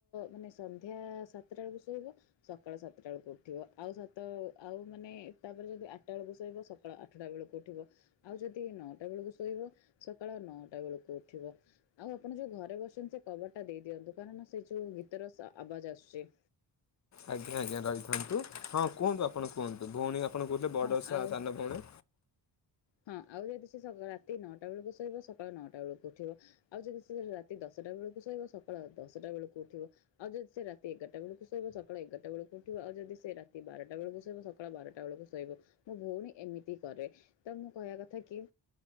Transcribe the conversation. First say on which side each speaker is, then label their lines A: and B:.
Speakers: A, on the left; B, on the left.
A: ମାନେ ସନ୍ଧ୍ୟା ସାତଟା ବେଳକୁ ଶୋଇବ ସକାଳ ସାତଟା ବେଳକୁ ଉଠିବ ଆଉ ସାତ ଆଉ ମାନେ ତାପରେ ଯଦି ଆଠଟା ବେଳକୁ ସୋଇବ ସ ସକାଳ ଆଠଟା ବେଳକୁ ଉଠିବ ଆଉ ଯଦି ନଅଟା ବେଳକୁ ଶୋଇବ ସକାଳ ନଅଟା ବେଳକୁ ଉଠିବ। ଆଉ ଆପଣ ଯୋଉ ଘରେ ବସଛନ୍ତି ସେ କବାଟ ଟା ଦେଇ ଦିଅନ୍ତୁ କାରଣ ସେ ଯୋଉ ଗୀତର ଆବାଜ ଆସୁଛି।
B: ଆଜ୍ଞା ଆଜ୍ଞା ରହିଥାନ୍ତୁ ହଁ କୁହନ୍ତୁ ଆପଣ କୁହନ୍ତୁ ଭଉଣୀ ଆପଣ କହୁଥିଲେ ବଡ଼
A: ହଁ
B: ସା
A: ଆଉ
B: ସାନ ଭଉଣୀ।
A: ହଁ ଆଉ ଯୋଦି ସେ ସ ରାତି ନଅଟା ବେଳକୁ ସୋଇବ ସକାଳୁ ନଅଟା ବେଳକୁ ଉଠିବ। ଆଉ ଯଦି ସିଏ ରାତି ଦଶଟା ବେଳକୁ ଶୋଇିବ ସକାଳ ଦଶଟା ବେଳକୁ ଉଠିବ। ଆଉ ଯଦି ସେ ରାତି ଏଗାରଟା ବେଳକୁ ସୋଇବ ସକାଳ ଏଗାରଟା ବେଳକୁ ଉଠିବ ଆଉ ଯଦି ସେ ରାତି ବାରଟା ବେଳେକୁ ସୋଇବ ସ ସକାଳ ବାରଟା ବେଳକୁ ଶୋଇବ, ମୋ ଭଉଣୀ ଏମିତି କରେ ତ ମୁଁ କହିବା କଥା କି